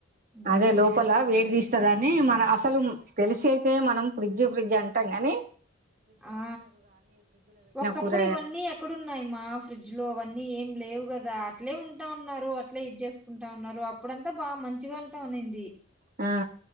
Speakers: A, in the centre; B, on the right.
A: హ్మ్.
B: అదే లోపల వేడి తీస్తదనీ మన అసలు తెలిసయితే మనం ఫ్రిడ్జ్ ఫ్రిడ్జ్ అం టం గానీ
A: ఆ ఒకప్పుడు
B: కూర
A: ఇవన్నీ ఎక్కడున్నాయి మా ఫ్రిడ్జ్ లో అవన్నీ ఏం లేవు కదా అట్లే ఉంటా ఉన్నారు అట్లే ఇది చేసుకుంటా ఉన్నారు, అప్పుడంతా బాగా మంచిగా అంటా ఉనింది.
B: ఆ